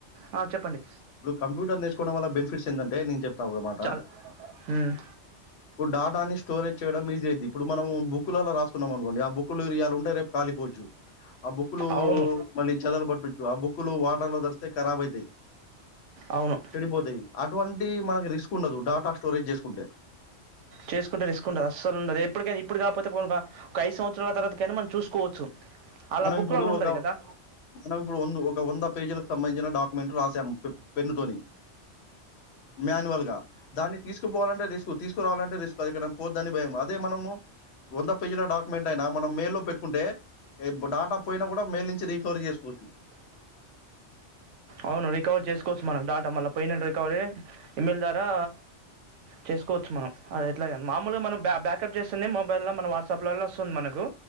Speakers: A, on the right (about 80°); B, on the left (about 65°).
A: ఆ చెప్పండి.
B: ఇప్పుడు కంప్యూటర్ నేర్చుకోవడం వల్ల బెనిఫిట్స్ ఏందంటే నేను చెప్తా ఒక మాట
A: చాలా ఉమ్
B: ఇప్పుడు డాటాని స్టోరేజ్ చేయడం ఈజీ అయింది. ఇప్పుడు మనం బుక్కులల్లో రాసుకున్నాం అనుకోండి ఆ బుక్లు ఇయాల ఉంటాయి, రేపు కాలిపోవచ్చు ఆ బుక్లు
A: అవును
B: మళ్ళీ చదలు పట్టొచ్చు ఆ బుక్లు వాటర్ లో తరిస్తే కరాబ్ అయితాయి.
A: అవును
B: చెడిపోతాయి అటువంటి మనకి రిస్క్ ఉండదు డాటా స్టోరేజ్ చేసుకుంటే
A: చేసుకుంటే రిస్కుంటదు అస్సలు ఉండదు ఎప్పటికైనా ఇప్పుడు కాకపోతే పోను ఒక ఐదు సంవత్సరాల తర్వాత కైనా మనం చూసుకోవచ్చు. అలా
B: మనం
A: బుక్లో
B: ఇప్పుడు
A: అలా ఉండదు
B: ఒక
A: కదా
B: మనం ఇప్పుడు వం ఒక వంద పేజీలకు సంబంధించిన డాక్యుమెంట్ రాసాము పెన్ను తోని మాన్యువల్ గా దాన్ని తీసుకుపోవాలంటే రిస్క్ తీసు కురావాలంటే రిస్క్ అది ఎక్కడన పోత్ దని భయం అదే మనము వంద పేజీల డాక్యుమెంట్ అయినా మనం మెయిల్లో పెట్టుకుంటే రేపు డాటా పోయినా కూడా మెయిల్ నుంచి రికవరీ చేసుకోవచ్చు.
A: ఆ అవును రికవరీ చేసుకోవచ్చు మనం డాటా మళ్ల పోయిన రికవరీ ఇమెయిల్ ద్వారా చేసుకోవచ్చు మనం అది ఎట్లాగా మామూలుగా మనం బ్యాకప్ చేస్తుంది మొబైల్ లో మన వాట్సాప్ లో వస్తుంది మనకు